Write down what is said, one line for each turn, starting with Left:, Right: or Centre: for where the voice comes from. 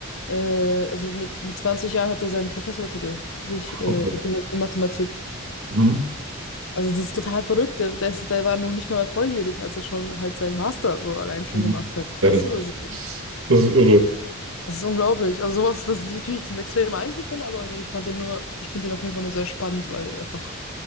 Left: Äh, also mit, mit 20 Jahren hat er seinen Professortitel sich äh,
Right: Okay.
Left: geholt in Mathematik.
Right: Mhm.
Left: Also das ist total verrückt. Der, der, ist, der war noch nicht mal volljährig, als er schon halt seinen Master so allein schon
Right: Mhm.
Left: gemacht hat.
Right: Ja,
Left: Weißt
Right: das ist,
Left: du? Also,
Right: das ist das ist irre.
Left: das ist unglaublich. Also sowas, das ist natürlich sind extreme Einzelfälle, aber nee, ich fand den nur, ich finde den auf jeden Fall nur sehr spannend, weil einfach,